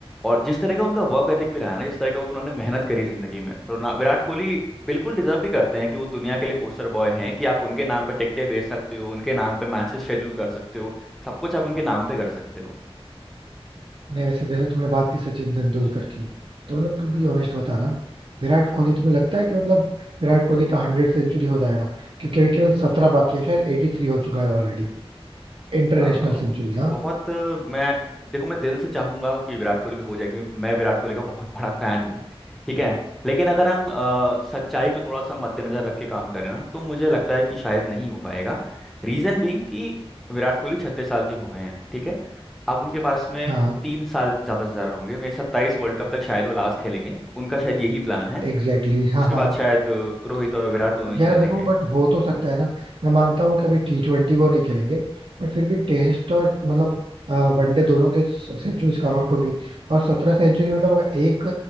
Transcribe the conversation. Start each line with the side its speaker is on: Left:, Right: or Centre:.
Centre: और जिस तरह का उनका वर्क एथिक भी रहा है ना जिस तरह का उन्होंने मेहनत करी जिंदगी में रोना विराट कोहली बिल्कुल डिजर्व भी करते हैं कि वो दुनिया के लिए पोस्टर बॉय हैं कि आप उनके नाम पे टिकटें बेच सकते हो उनके नाम पे मैचेस शेड्यूल कर सकते हो सब कुछ आप उनके नाम पे कर सकते हो
Right: नहीं वैसे जैसे तुमने बात की सचिन तेंदुलकर की तो मतलब तू भी ऑनेस्ट होता ना विराट कोहली तुम्हें लगता है कि मतलब विराट कोहली का हंड्रेड सेंचुरी हो जाएगा क्योंकि अभी केवल सत्रह बाकी है शायद एटी थ्री हो चुका है ऑलरेडी इंटरनेशनल
Centre: अ,
Right: सेंचुरीज हाँ
Centre: बहुत अ, मैं देखो मैं दिल से चाहूंगा कि विराट कोहली के हो जाए क्योंकि मैं विराट कोहली का बहुत बड़ा फैन हूँ ठीक है लेकिन अगर हम अ, सच्चाई को थोड़ा सा मद्देनजर रख के काम करें ना तो मुझे लगता है कि शायद नहीं हो पाएगा रीजन बीइंग कि विराट कोहली छत्तीस साल के हो गए हैं ठीक है अब उनके पास में
Right: हाँ
Centre: तीन साल ज्यादा से ज्यादा होंगे मेरे सत्ताईस वर्ल्ड कप तक शायद वो लास्ट खेलेंगे उनका शायद यही प्लान है
Right: एग्जैक्टली exactly, हाँ
Centre: उसके बाद
Right: हाँ
Centre: शायद अ, रोहित और विराट दोनों ही
Right: यार
Centre: चले
Right: देखो
Centre: जाएंगे
Right: बट हो तो सकता है ना मैं मानता हूँ कि अभी टी ट्वेंटी वो नहीं खेलेंगे बट फिर भी टेस्ट और मतलब वनडे दोनों के सेंचुरी काउंट होगी और सत्रह सेंचुरी मतलब अगर एक